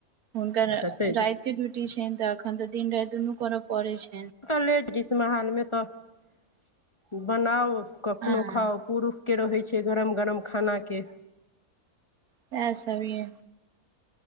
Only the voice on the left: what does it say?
तै
तऽ लेट गीस्म हालमे तऽ बनाउ कखनहु
खाउ पुरुषके रहै छै गरम गरम खानाके